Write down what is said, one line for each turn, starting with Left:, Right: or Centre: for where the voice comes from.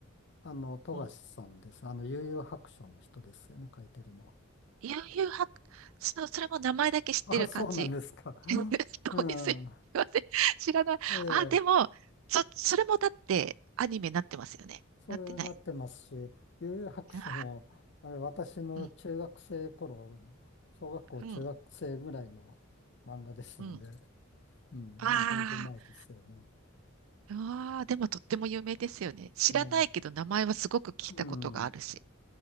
Left: あの、富樫さんです。
Right: うん。
Left: あの、悠々白書の人ですよね、書いてるのは。
Right: 悠々白、そう、それも名前だけ知ってる感じ。
Left: あ、そうなんですか。
Right: <laughs>
Left: <laughs>
Right: そう
Left: うん。
Right: ですすいません。知らない。
Left: ええ、
Right: あ、でも、そ、それもだってアニメになってますよね。
Left: それになってますし、
Right: なってない。
Left: 悠々白書も、
Right: あ
Left: あれ、私の中学生頃、
Right: うん、
Left: 小学校中学生ぐらいの漫画ですんで、
Right: うん、うん。うん
Left: うん、
Right: あ
Left: まあ、だいぶ前ですよね。
Right: ーあー、でもとっても有名ですよね。知らないけど名前はすごく聞いたことがあるし。
Left: ええ、うん。